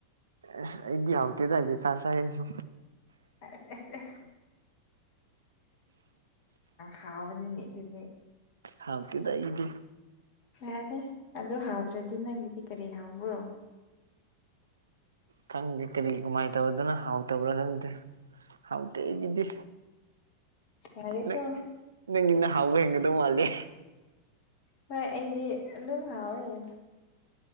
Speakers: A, on the right (about 70°); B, on the left (about 45°).
A: ꯑꯁ ꯑꯩꯗꯤ ꯍꯥꯎꯇꯦꯗ ꯌꯦꯟꯁꯥ ꯆꯥꯏꯌꯦ ꯑꯩꯁꯨ
B: ꯑꯁ ꯑꯁ ꯍꯥꯎꯕꯅꯤꯅꯦ ꯑꯗꯨꯗꯤ
A: ꯍꯥꯎꯇꯦꯗ ꯑꯩꯗꯤ
B: ꯌꯥꯔꯦ ꯑꯗꯣ ꯍꯥꯎꯗ꯭ꯔꯗꯤ ꯅꯪꯒꯤꯗꯤ ꯀꯔꯤ ꯍꯥꯎꯕ꯭ꯔꯣ
A: ꯈꯪꯗꯦ ꯀꯔꯤ ꯀꯃꯥꯏꯅ ꯇꯧꯗꯅ ꯍꯥꯎꯇꯕ꯭ꯔꯥ ꯈꯪꯗꯦ ꯍꯥꯎꯇꯦ ꯑꯩꯒꯤꯗꯤ
B: ꯌꯥꯔꯦꯀꯣ
A: ꯅꯪ ꯅꯪꯒꯤꯅ ꯍꯥꯎꯕ ꯍꯦꯟꯒꯗꯧ ꯃꯥꯜꯂꯦ
B: ꯍꯣꯏ ꯑꯩꯗꯤ ꯑꯗꯨꯝ ꯍꯥꯎꯏ ꯌꯦꯟꯁꯥ